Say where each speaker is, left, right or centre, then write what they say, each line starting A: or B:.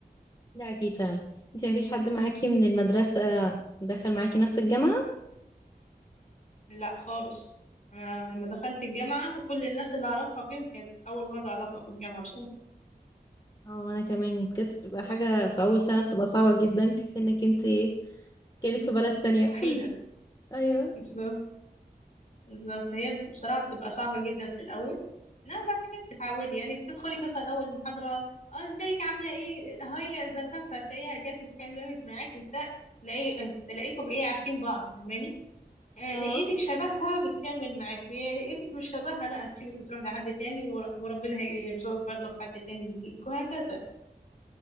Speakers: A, on the left (about 25°); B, on the left (about 50°).
A: لا أكيد فعلا انتي مفيش حد معاكي من المدرسة دخل معاكي نفس الجامعة
B: لا خالص أنا لما دخلت الجامعة كل الناس اللي أعرفها فيهم كانت أول مرة أعرفها في الجامعة بصراحة
A: اه وانا كمان كانت بتبقى حاجة في اول سنة بتبقى صعبة جدا تحس انك انت كأنك في بلد تانية
B: وحيدة
A: <laughs> ايوه
B: بالظبط بالظبط هي بصراحة بتبقى صعبة جدا في الأول لا بعد كده بتتعودي يعني بتدخلي مثلا أول محاضرة اه ازيك عاملة ايه هي ذات نفسها هتلاقيها جت اتكلمت معاكي وبتاع تلاقي تلاقيكم ايه عارفين بعض فاهماني آه
A: اه
B: لقيتك شبهها بتكمل معاكي لقيتك مش شبهها لا هتسيبك وتروح لحد تاني ور- وربنا هيرزقك برضه في حد تاني يجيك وهكذا